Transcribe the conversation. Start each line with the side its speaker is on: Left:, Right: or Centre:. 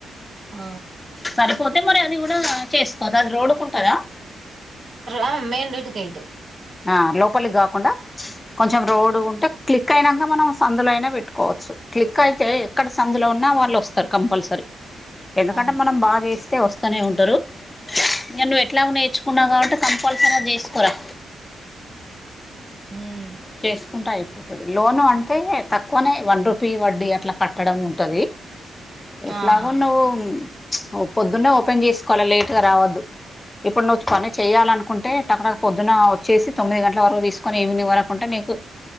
Right: ఆ
Left: సరిపోతే మరి అది కూడా చేసుకోదు అది రోడ్కుంటందా
Right: అ మెయిన్ రోడ్డు గేటు
Left: ఆ లోపలికి గాకుండా కొంచం రోడ్ ఉంటే క్లిక్ అయినాక మనం సందులో అయినా పెట్టుకోవచ్చు క్లిక్ అయితే ఎక్కడ సందులో ఉన్నా వాళ్ళు వస్తరు కంపల్సరీ ఎందుకంటే
Right: అవును.
Left: మనం బాగా చేస్తే వస్తనే ఉంటారు ఇంకా నువ్వు ఎట్లాగో నేర్చుకున్నా కాబట్టి కంపల్సరీ చేసుకోరా
Right: ఉమ్
Left: చేసుకుంటాయ్ లోను అంటే తక్కువనే వన్ రుపీ వడ్డీ అట్లా కట్టడం ఉంటది ఎట్లాగో
Right: ఆహా!
Left: నువ్వు పొద్దున్నే ఓపెన్ చేసుకోవాల లేట్గా రావద్దు ఇప్పుడు నువ్వు పని చేయాలనుకుంటే టకటక పొద్దున్న వచ్చేసి తొమ్మిది గంటల వరకు తీసుకొని ఈవినింగ్ వరకు ఉంటే నీకు